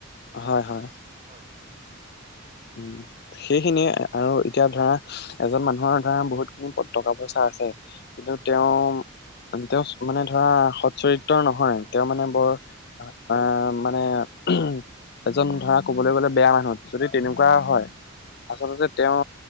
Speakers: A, on the left; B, on the right.
A: হয়- হয়।
B: হয়
A: উম, সেইখিনিয়ে আৰু এতিয়া ধৰা এজন মানুহৰ ধৰা বহুত খিনি টকা পইচা। আছে কিন্তু
B: হয়
A: তেওঁ-তেওঁ মানে ধৰা সৎ চৰিত্ৰৰ নহয়। তেওঁ মানে
B: হয়
A: বৰ অহ, মানে উম, এজন ধৰা ক'বলৈ গ'লে বেয়া মানুহ আছে যদি তেনেকুৱা হয় আচলতে তেও